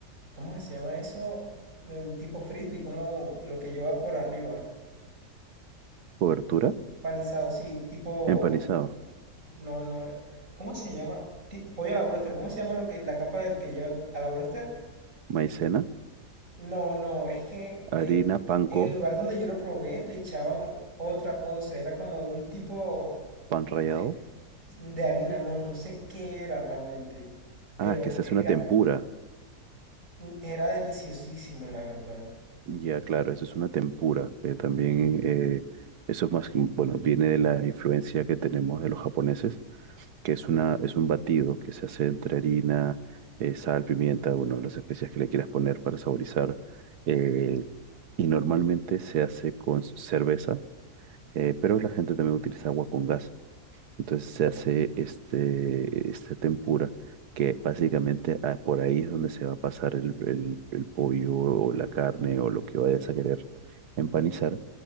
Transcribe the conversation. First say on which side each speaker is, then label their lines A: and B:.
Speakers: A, on the right (about 50°); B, on the right (about 75°).
A: ¿cómo se llama eso? Mm, Tipo frisbee, como lo que lleva por arriba,
B: cobertura,
A: panizado, sí, tipo,
B: empanizado.
A: no, no, ¿cómo se llama? Ti- pollo a la broster, ¿cómo se llama lo que, la capa del que lleva a la broster?
B: Maicena,
A: No, no, es que le,
B: harina, panko,
A: en el lugar donde yo lo probé le echaban otra cosa, era como un tipo
B: pan rallado.
A: de, de harina, no, no sé qué era realmente, pero
B: Ah, es que se
A: era,
B: hace una tempura.
A: era deliciosísimo, la verdad.
B: Ya, claro, eso es una tempura, que también, eh, eso es más, que- bueno, viene de la influencia que tenemos de los japoneses, que es una, es un batido que se hace entre harina, eh, sal, pimienta, bueno, las especias que le quieras poner para saborizar. eh, y normalmente se hace con cerveza, eh, pero la gente también utiliza agua con gas. Entonces se hace este, este tempura, que básicamente ah, por ahí es donde se va a pasar el, el- el pollo o la carne o lo que vayas a querer empanizar.